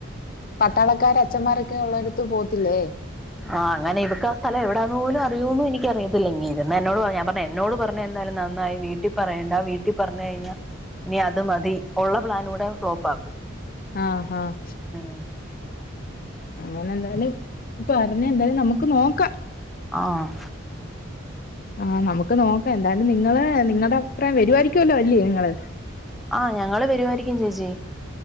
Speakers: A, on the left (about 45°); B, in the centre.
A: പട്ടാളക്കാരൻ അച്ചൻമാരൊക്കെ ഉള്ളോരത്ത് പോത്തില്ലേ
B: ആഹ് അങ്ങനെ ഇവക്ക് ആ സ്ഥല എവിടാന്ന് പോലും അിയോന്നും എനിക്കറിയത്തില്ല ങി ഇര്ന്നെ എന്നോട്പർഞാ ഞാൻ പർഞേൻ ന്നോട് പർഞ്ഞേ എന്താലും ന്നന്നായി വീട്ടി പറയണ്ട വീട്ടി പർഞയ്ഞ്ഞാ ഇനി അത് മതി ഉള്ള പ്ലാനൂടെ സ്റ്റോപ്പാക്കും
A: ആഹ് ആഹ്
B: ഉം
A: അങ്ങന എന്തായാലും പർണന്താണെന്ന് എന്തായാലും ന്നമുക്ക് ന്നോക്ക
B: ആഹ്
A: ആഹ് ന്നമുക്ക് ന്നോക്ക എന്തായാലും നിങ്ങള് നിങ്ങടെ അഭിപ്രായം വെരുവായിരിക്കുഎല്ലോ അല്ലേ നിങ്ങള്
B: ആഹ് ഞങ്ങള് വെരുവായിരിക്കും ചേച്ചീ